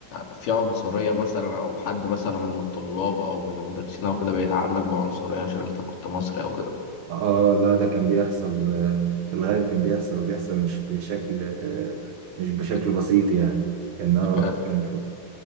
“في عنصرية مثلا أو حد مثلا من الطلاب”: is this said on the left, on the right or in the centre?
Left